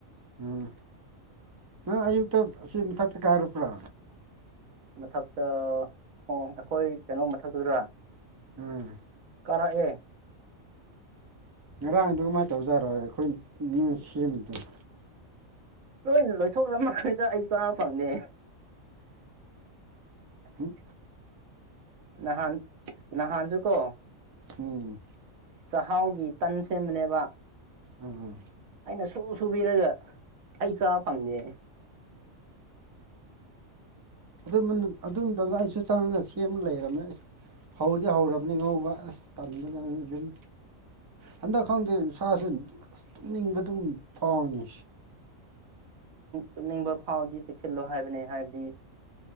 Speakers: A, on the right (about 30°); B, on the right (about 80°).
A: ꯎꯝ ꯅꯪ ꯑꯌꯨꯛꯇ ꯑꯁꯤꯦ ꯃꯊꯛꯇ ꯀꯥꯏꯔꯕ꯭ꯔꯣ
B: ꯃꯊꯛꯇ ꯑꯣ ꯑꯩꯈꯣꯏ ꯀꯩꯅꯣ ꯃꯊꯛꯇꯗꯔꯥ
A: ꯎꯝ
B: ꯀꯔꯛꯑꯦ
A: ꯉꯔꯥꯡꯗꯨ ꯀꯃꯥꯏꯅ ꯇꯧꯖꯥꯔꯣ ꯑꯩꯈꯣꯏ ꯁꯦꯝꯕꯗꯣ
B: ꯂꯣꯏꯅ ꯂꯣꯏꯊꯣꯛꯂꯃꯩꯗ ꯑꯩ ꯆꯥꯕ ꯐꯪꯗꯦ
A: ꯎꯝ
B: ꯅꯍꯥꯟ ꯅꯍꯥꯟꯁꯨ ꯀꯣ
A: ꯎꯝ
B: ꯆꯥꯛꯍꯥꯎꯒꯤ ꯇꯟ ꯁꯦꯝꯕꯅꯦꯕ
A: ꯎꯝꯝ
B: ꯑꯩꯅ ꯁꯨ ꯁꯨꯕꯤꯔꯒ ꯑꯩ ꯆꯥꯕ ꯐꯪꯗꯦ
A: ꯑꯗꯨ ꯑꯗꯨ ꯇꯧꯗ ꯑꯩꯁꯨ ꯆꯪꯉꯒ ꯁꯦꯝꯃ ꯂꯩꯔꯕꯝꯃꯦꯁ ꯍꯧꯗꯤ ꯍꯧꯔꯕꯅꯤ ꯉꯧꯕ ꯑꯁ ꯌꯨꯝ ꯍꯟꯗꯛ ꯈꯪꯗꯦ ꯁꯥꯁꯤ ꯇꯨꯝꯅꯤꯡꯕ ꯑꯗꯨꯝ ꯐꯥꯎꯅꯤ
B: ꯇꯨꯝꯅꯤꯡꯕ ꯐꯥꯎꯕꯗꯤ ꯆꯦꯛꯁꯤꯜꯂꯣ ꯍꯥꯏꯕꯅꯦ ꯍꯥꯏꯕꯗꯤ